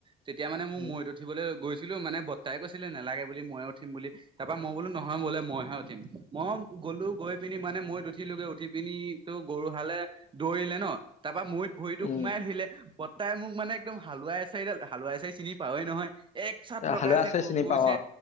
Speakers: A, on the right (about 30°); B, on the left (about 45°).
A: তেতিয়া মানে মোক
B: উম
A: মৈত উঠিবলৈ গৈছিলো, মানে বৰ্তাই কৈছিলে নালাগে বুলি ময়েই উঠিম বুলি, তাৰ পৰা মই বোলো নহয় বোলো মইহে উঠিম, মই গ'লো গৈ পিনি মানে মৈত উঠিলোগৈ, উঠি পিনিতো গৰু হালে দৌৰিলে ন, তাৰপা মৈত ভৰিতটো
B: উম
A: সোমাই ধৰিলে, বৰ্তাই মোক মানে একদম হালোৱা এচাৰিডালেই হা হালোৱা এচাৰি চিনি পাওৱেই নহয়, এক চাত লগাইছে
B: হালোৱা আছে চিনি
A: ক কৈছে,
B: পাৱ অ